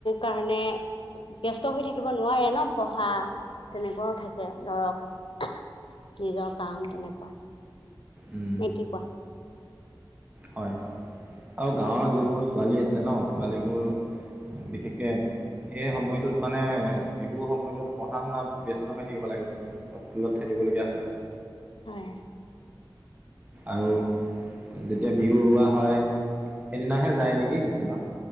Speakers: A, on the left; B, on the right.
A: কাৰণে। ব্যস্ত হৈ থাকিব নোৱাৰে ন পঢ়া তেনেকুৱাও থাকে ধৰক। নিজৰ কাম তেনেকুৱা।
B: উম,
A: নে কি কোৱা?
B: হয় আৰু গাঁৱৰ যিবোৰ ছোৱালী আছে ন ছোৱালীবোৰ বিশেষকে সেই সমইটোত মানে বিহুৰ সময়টোত পঢ়া শুনাত ব্যস্ত হৈ থাকিব লাগে বেছিকে। হোষ্টেলত থাকিবলগীয়া হয়।
A: হয়।
B: আৰু যেতিয়া বিহু উৰুৱোৱা হয় সেইদিনাহে যায় নেকি বেছিভাগ।